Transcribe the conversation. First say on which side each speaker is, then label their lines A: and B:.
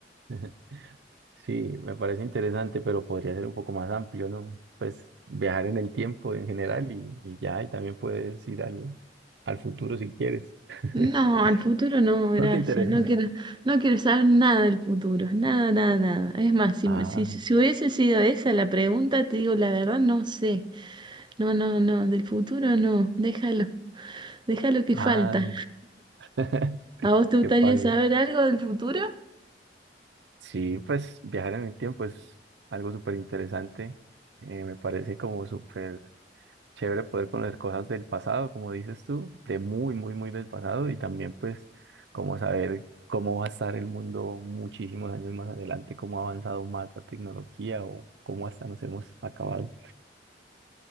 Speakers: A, on the right; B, on the right.
A: <laughs> sí, me parece interesante, pero podría ser un poco más amplio, ¿no? Pues viajar en el tiempo en general y, y ya, y también puedes ir al, al futuro si quieres. <laughs>
B: No, al futuro no, gracias.
A: ¿No te interesa?
B: No quiero, no quiero saber nada del futuro. Nada, nada, nada. Es más, si,
A: Ah,
B: me- si, si hubiese sido esa la pregunta, te digo la verdad, no sé. No, no, no, del futuro no. Déjalo, déjalo que
A: ah,
B: falta.
A: <laughs>
B: ¿A vos te gustaría
A: que pase.
B: saber algo del futuro?
A: Sí, pues viajar en el tiempo es algo súper interesante. eh, me parece como súper chévere poder conocer cosas del pasado, como dices tú, de muy, muy, muy del pasado y también pues como saber cómo va a estar el mundo muchísimos años más adelante, cómo ha avanzado más la tecnología o cómo hasta nos hemos acabado.